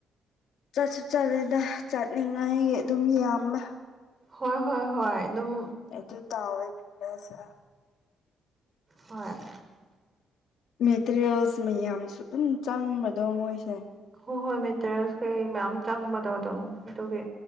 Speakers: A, on the left (about 75°); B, on the right (about 30°).
A: ꯆꯠꯁꯨ ꯆꯠꯂꯦꯗ ꯆꯠꯅꯤꯡꯉꯥꯏꯒꯤ ꯑꯗꯨꯝ ꯌꯥꯝꯃꯦ
B: ꯍꯣꯏ ꯍꯣꯏ ꯍꯣꯏ ꯑꯗꯨꯝ
A: ꯑꯩꯗꯤ ꯇꯋꯦꯁ
B: ꯍꯣꯏ
A: ꯃꯦꯇꯔꯤꯌꯦꯜꯁ ꯃꯌꯥꯝꯁꯨ ꯑꯗꯨꯝ ꯆꯪꯕꯗꯣ ꯃꯣꯏꯁꯦ
B: ꯍꯣꯏ ꯍꯣꯏ ꯃꯦꯇꯔꯤꯌꯦꯜꯁ ꯀꯩ ꯃꯌꯥꯝ ꯆꯪꯕꯗꯣ ꯑꯗꯨꯝ ꯑꯗꯨꯒꯤ